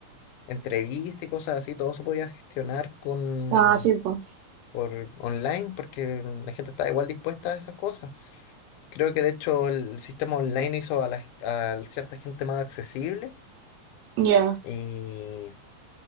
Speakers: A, on the left (about 80°); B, on the right (about 75°).
A: entrevistas y cosas así, todo se podía gestionar con,
B: Ah, sí, pues.
A: por online porque la gente estaba igual dispuesta a esas cosas. Creo que de hecho el sistema online hizo a, la, a cierta gente más accesible
B: Ya,
A: y,